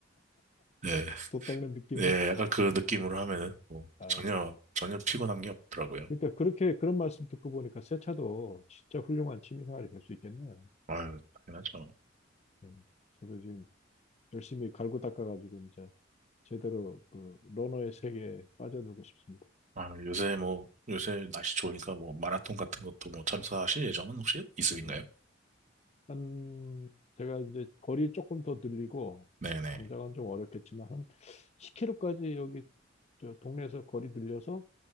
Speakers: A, on the right; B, on the left.
A: 네.
B: 도 닦는 느낌으로.
A: 네,
B: <laughs>
A: 약간 그 느낌으로 하면은, 뭐,
B: 아,
A: 전혀, 전혀 피곤한 게 없더라고요.
B: 그러니까 그렇게, 그런 말씀 듣고 보니까 세차도 진짜 훌륭한 취미생활이 될 수 있겠네요.
A: 아유, 당연하죠.
B: 예. 저도 지금 열심히 갈고 닦아가지고 이제 제대로 그 러너의 세계에 빠져들고 싶습니다.
A: 아, 요새 뭐, 요새 날씨 좋으니까 뭐, 마라톤 같은 것도 뭐, 참가하실 예정은 혹시 있으신가요?
B: 예. 한 제가 이제 거리 조금 더 늘리고
A: 네네.
B: 당장은 좀 어렵겠지만 한 10km까지 여기 저 동네에서 거리 늘려서